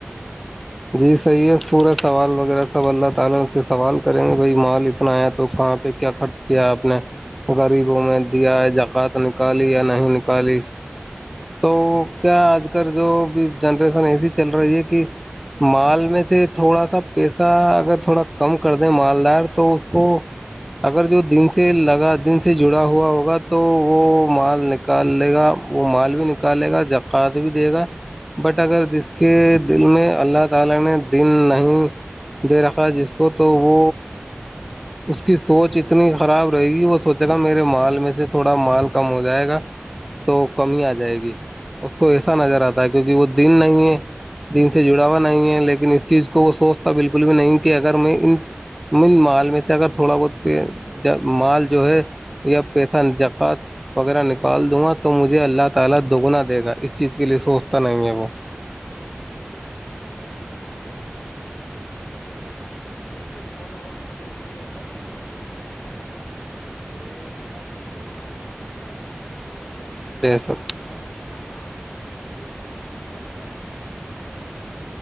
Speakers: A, in the centre; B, on the left.
A: جی صحیح ہے پورا سوال وغیرہ سب اللہ تعال سے سوال کریں گے بھائی مال اتنا ہے تو کہاں پہ کیا خرچ کیا ہے آپ نے غریبوں میں دیا جا رات نکالی یا نہیں نکالی تو
B: جی جی
A: کیا آج کل جو ا جنریشن ایسی چل رہی ہے کہ مال میں تھے تھوڑا سا پیسا اگر تھوڑا کم کر دیں مال دائٹ تو اس کو اگر جو دن سے لگا دن سے جڑا ہوا ہوگا تو وہ مال نکال لے گا وہ مال نکالے گا جکات بھی دے گا بٹ اگر جس کے دل میں اللہ تعالی نے دن نہیں دے رکھا جس کو تو وہ اس کی سوچ اتنی خراب رہے گی وہ سوچے گا میرے مال میں سے تھوڑا مال کم ہو جائے گا تو کمی آ جائے گی اس کو ایسا نظر آتا ہے کیونکہ وہ دن نہیں ہے دن سے جڑاوا نہیں ہے لیکن اس چیز کو وہ سوچتا بالکل بھی نہیں کہ اگر میں ان م مال میں تھوڑا بتے مال جو ہے یا پیسہ جکات وغیرہ نکال دوں گا تو مجھے اللہ تعال دگنا دے گا اس چیز کے لیے سوچتا نہیں ہے وہ
B: جی جی بالکل بالکل صحیح فرمایا آپ نے جی دیکھیے تھوڑے وقت کے لیے غریب پریشان رہتا ہے کہ اللہ نے ان کو مال نہیں دیا وہ روٹی <unintelligible> پہ
A: بے
B: سونا
A: شک
B: ہوتا ہے کھانا کوئی دے دیا تو کھا لیا نہیں تو بھوکے رہتا ہے